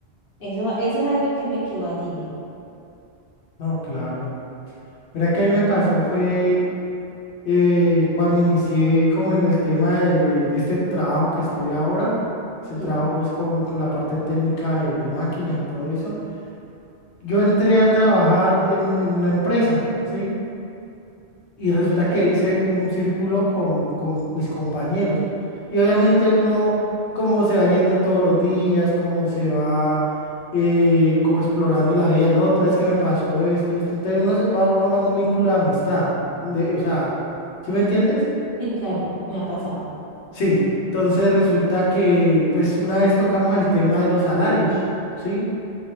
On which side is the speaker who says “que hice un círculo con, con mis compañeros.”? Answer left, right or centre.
Left